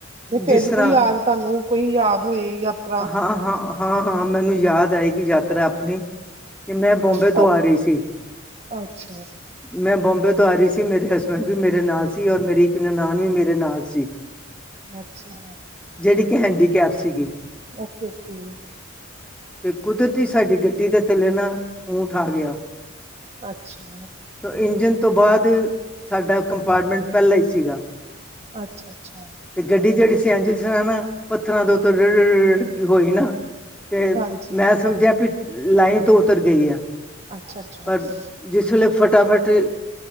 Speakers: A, on the right; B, in the centre.
A: ਤੇ ਫੇਰ
B: ਜਿਸ ਤਰ੍ਹਾਂ
A: ਕੋਈ ਯਾਦ ਤੁਹਾਨੂੰ ਕੋਈ ਯਾਦ ਹੋਏ ਯਾਤਰਾ।
B: ਹਾਂ-ਹਾਂ ਹਾਂ-ਹਾਂ ਮੈਨੂੰ ਯਾਦ ਆਈ ਦੀ ਯਾਤਰਾ ਆਪਣੀ। ਕਿ ਮੈਂ ਬੋਂਬੇ ਤੋਂ
A: ਉਹ
B: ਆ ਰਹੀ ਸੀ।
A: ਅੱਛਾ,
B: ਮੈਂ ਬੋਬੇ ਤੋਂ ਆ ਰਹੀ ਸੀ ਮੇਰੇ ਹਸਬੈਂਡ ਵੀ ਮੇਰੇ ਨਾਲ ਸੀ ਔਰ ਮੇਰੀ ਇੱਕ ਨਨਾਨ ਵੀ ਮੇਰੇ ਨਾਲ ਸੀ।
A: ਅੱਛਾ
B: ਜਿਹੜੀ ਕਿ ਹੈਂਡੀਕੈਪ ਸੀਗੀ।
A: ਓਕੇ-ਓਕੇ ਜੀ।
B: ਤੇ ਕੁਦਰਤੀ ਸਾਡੀ ਗੱਡੀ ਦੇ ਥੱਲੇ ਨਾ ਊਠ ਆ ਗਿਆ।
A: ਅੱਛਾ
B: ਤਾਂ ਇੰਜਣ ਤੋਂ ਬਾਦ ਸਾਡਾ ਕੰਪਾਰਟਮੈਂਟ ਪਹਿਲਾ ਹੀ ਸੀਗਾ।
A: ਅੱਛਾ-ਅੱਛਾ
B: ਤੇ ਗੱਡੀ ਜਿਹੜੀ ਸੀ ਐਜ ਸੀ ਨਾ ਪੱਥਰਾਂ ਤੋਂ ਉਤੋਂ ਰੀ-ਰੀ ਕੇ ਹੋਈ ਨਾ। ਤੇ
A: ਹਾਂਜੀ
B: ਮੈਂ ਸਮਝਿਆ ਵੀ ਲਾਈਨ ਤੋਂ ਉਤਰ ਗਈ ਆ।
A: ਅੱਛਾ-ਅੱਛਾ,
B: ਪਰ
A: ਅੱਛ
B: ਜਿਸ ਲੇ ਫਟਾਫਟ